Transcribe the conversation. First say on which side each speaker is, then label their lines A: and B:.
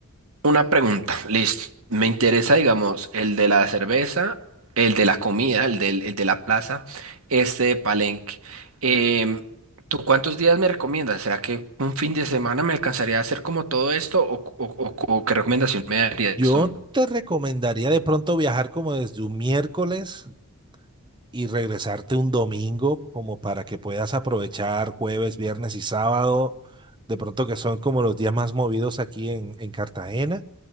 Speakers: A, on the right; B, on the right.
A: Una pregunta, listo. Me interesa, digamos, el de la cerveza, el de la comida, el del- el de la plaza, este de Palenque. Em, ¿tú cuántos días me recomiendas? ¿Será que un fin de semana me alcanzaría a hacer como todo esto? ¿O, o- o- o qué recomendación me darías
B: Yo
A: tú?
B: te recomendaría de pronto viajar como desde un miércoles y regresarte un domingo como para que puedas aprovechar jueves, viernes y sábado, de pronto que son como los días más movidos aquí en, en Cartagena,